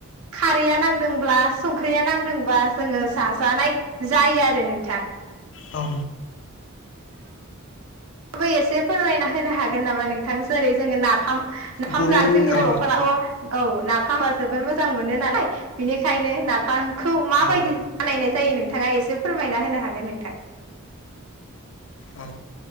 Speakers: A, on the right (about 80°); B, on the left (about 60°).
A: खारैया नांदोंब्ला संख्रिया नांदोंब्ला जोङो जाजानाय जायो आरो नोंथां।
B: औ।
A: नोंबो एसे फोरमायना होनो हागोन नामा नोंथां जेरै जोङो नाफाम। नाफाम
B: बर'नि
A: जा जोंनि बर'फोराथ
B: औ
A: औ नाफामा जोबोद मोजां मोनो नालाय बिनिखायनो ना। नाफामखौ माबायदि
B: औ
A: बानायनाय जायो नोंथाङा एसे फोरमायना होनो हागोन नोंथां। <unintelligible>
B: औ